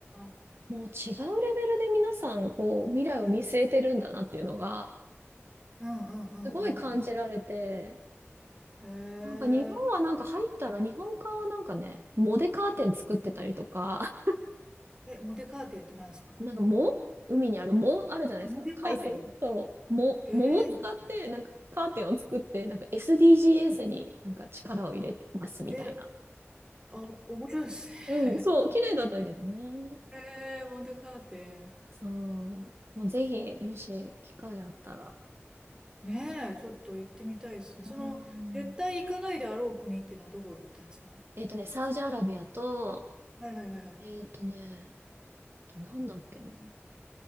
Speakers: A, on the right (about 20°); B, on the right (about 60°).
A: あ。
B: もう違うレベルで皆さん、こう、未来を見据えてるんだなっていうのが、
A: うんうんうんうんう
B: すごい感じられて、
A: ん。へ
B: なんか日本はなんか入ったら、日本館はなんかね、藻でカーテン作ってたりとか、
A: え。え、モデカーテンって何ですか
B: <laughs> なんか藻海にある藻あるじゃないですか。
A: あモデカーテン
B: 海藻。そう。藻、
A: え
B: 藻を使って、なんかカーテンを作って、なんか SDGs になんか力を入れますみたいな。
A: ええ、あ、面白いですね。
B: うん、そう、綺麗だったけどね。
A: <laughs> ええモデカーテン。
B: そう。もうぜひ、もし機会あったら。
A: ねえ、ちょっと行ってみたいですね。その、
B: うん。
A: 絶対行かないであろう国っていうのはどこに行ったんですか
B: えっとね、サウジアラビアと、
A: はいはいはいはい。
B: えっとね、なんだっけな。